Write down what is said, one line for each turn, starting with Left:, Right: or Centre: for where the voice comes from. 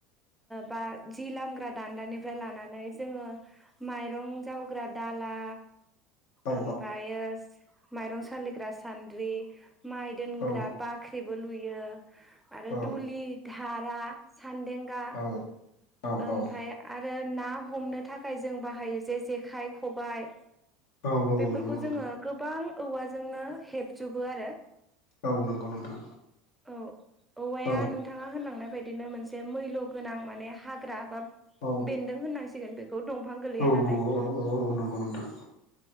Centre: बा जि लामग्रा दान्दानिफ्राय लानानै जोङो माइरं जावग्रा दाला
Left: औ
Centre: ओमफ्रायायो माइरं सालिग्रा सान्द्रि माइ दोनग्रा
Left: औ
Centre: बाख्रि जेबो लुयो आरो
Left: औ
Centre: दुलि धारा सान्देंगा
Left: औ औ
Centre: ओमफ्राय आरो ना हमनो थाखाय जों बाहायो जे जेखाइ खबाइ
Left: औ
Centre: बेफोरखौ
Left: नंगौ नोंथां
Centre: जोङो गोबां औवाजोंनो हेबजोबो आरो।
Left: औ नंगौ नोंथां
Centre: औ औवाया
Left: औ
Centre: नो बिथथाङा होनलांनाय बायदिनो मोनसे मैल' गोनां माने हाग्रा बा
Left: औ
Centre: बेन्दों होननांसिगोन बेखौ दंफां गोलैया
Left: औ
Centre: नालाय
Left: औ औ नंगौ नोंथां